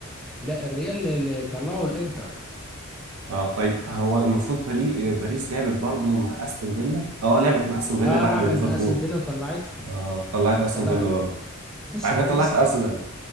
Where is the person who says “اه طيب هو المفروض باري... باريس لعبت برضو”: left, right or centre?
Right